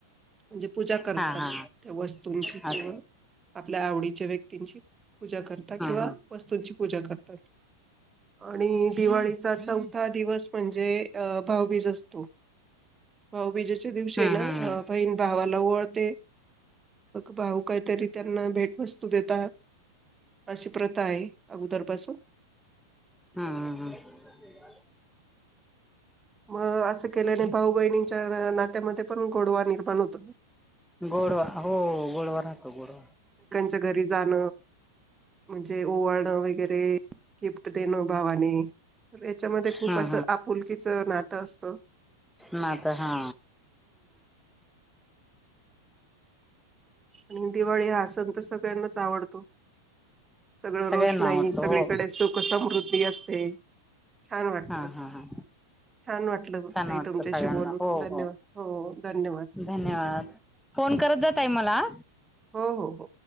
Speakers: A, on the right (about 20°); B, in the centre.
A: म्हणजे पूजा करतात
B: हा हा हा
A: त्या वस्तूंची
B: हा
A: किंवा
B: हम्म
A: आपल्या आवडीच्या व्यक्तींची पूजा करतात किंवा
B: हम्म
A: वस्तूंची पूजा करतात. आणि दिवाळीचा चौथा दिवस म्हणजे अ भावबीज असतो. भाऊबीजाच्या दिवशी
B: हम्म
A: ना
B: हम्म
A: बहीण भावाला ओवाळते. भाऊ काहीतरी त्यांना भेटवस्तू देतात. अशी प्रथा आहे अगोदरपासून
B: हम् हम हम
A: मग असं केल्याने भाऊ बहिणींच्या नात्यामध्ये पण गोडवा निर्माण होतो.
B: गोडवा हो गोडवा राहतो गोडवा.
A: ते घरी जाण म्हणजे ओवाळण वगैरे. नी गिफ्ट देण भावानी याच्यामध्ये खूप
B: हम्म
A: असं आपुलकीच नातं असत. हो.
B: म तर हा.
A: आणि दिवाळी हा सण तर सगळ्यांनाच आवडतो. सगळं
B: सगळ्यांना
A: रोष नाहीई
B: आवडतो
A: सगळीकडे
B: हो
A: सुख समृद्धी असते. छान वाटतं.
B: हा हा हा
A: छान वाटलं
B: छान
A: ताई
B: वाटतं
A: तुमच्याशी
B: सगळ्यांना
A: बोलू
B: हो
A: धन्यवाद
B: हो
A: हो धन्यवाद.
B: धन्यवाद फोन करत जा ताई मला अ.
A: हो हो हो